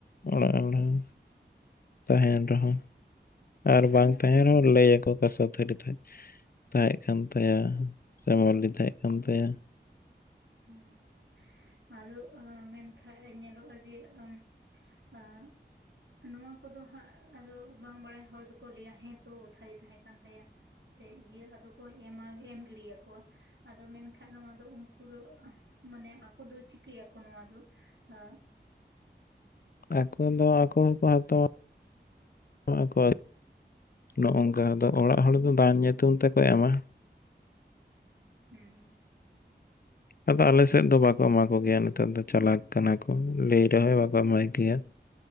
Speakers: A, on the left; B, on the right.
A: ᱚᱲᱟᱜ ᱦᱚᱲ ᱦᱚᱸ? ᱛᱟᱦᱮᱱ
B: ᱦᱮᱸ
A: ᱨᱮᱦᱚᱸ ᱟᱨ
B: ᱦᱮᱸ
A: ᱵᱟᱝ ᱛᱟᱦᱮᱱ ᱨᱮᱦᱚᱸ ᱞᱟᱹᱭᱟᱠᱚ ᱠᱟᱸᱥᱟ ᱛᱷᱟᱹᱨᱤ ᱛᱟᱦᱮᱸᱡ ᱛᱟᱦᱮᱸ ᱠᱟᱱ ᱛᱟᱭᱟ ᱥᱮ ᱢᱟᱹᱞᱤ ᱛᱟᱦᱮᱸ ᱠᱟᱱ ᱛᱟᱭᱟ
B: ᱦᱩᱸ ᱟᱫᱚ ᱢᱮᱱᱠᱷᱟᱡ ᱧᱮᱞᱚᱜᱼᱟ ᱡᱮ ᱟᱹᱢ ᱟᱹᱻ ᱱᱚᱣᱟ ᱠᱚᱫᱚ ᱦᱟᱸᱜ ᱟᱫᱚ ᱵᱟᱝ ᱵᱟᱲᱟᱭ ᱦᱚᱲ ᱫᱚᱠᱚ ᱞᱟᱹᱭᱟ ᱦᱮᱸᱛᱚ ᱛᱷᱟᱹᱨᱤ ᱛᱟᱦᱮᱸ ᱠᱟᱱ ᱛᱟᱭᱟ ᱾ ᱥᱮ ᱤᱭᱟᱹ ᱟᱫᱚ ᱠᱚ ᱮᱢᱟ ᱮᱢ ᱜᱤᱰᱤᱭ ᱟᱠᱚᱣᱟ ᱟᱫᱚ ᱢᱮᱱᱠᱷᱟᱡ ᱱᱚᱣᱟ ᱫᱚ ᱩᱱᱠᱩ ᱩᱱᱠᱩ ᱫᱚ ᱢᱟᱱᱮ ᱟᱠᱚ ᱫᱚ ᱪᱤᱠᱟᱹᱭᱟᱠᱚ ᱱᱚᱣᱟ ᱫᱚ ᱟᱹᱻ
A: ᱟᱠᱚ ᱫᱚ ᱟᱠᱚ ᱦᱚᱸᱠᱚ ᱦᱟᱛᱣᱟ ᱾ ᱮᱢᱚᱜ ᱟᱡ ᱱᱚᱜᱼᱚᱝᱠᱟ ᱟᱫᱚ ᱚᱲᱟᱜ ᱦᱚᱲ ᱫᱚ ᱫᱟᱱ ᱧᱩᱛᱩᱢ ᱛᱮᱠᱚ ᱮᱢᱟ?
B: ᱦᱩᱸ,
A: ᱟᱫᱚ ᱟᱞᱮ ᱥᱮᱫ ᱫᱚ ᱵᱟᱠᱚ ᱮᱢᱟ ᱠᱚᱜᱮᱭᱟ ᱱᱮᱛᱟᱨ ᱫᱚ ᱪᱟᱞᱟᱠ ᱠᱟᱱᱟ ᱠᱚ ᱞᱟᱹᱭ ᱨᱮᱦᱚᱸᱭ ᱵᱟᱠᱚ ᱮᱢᱟᱭ ᱜᱮᱭᱟ ᱾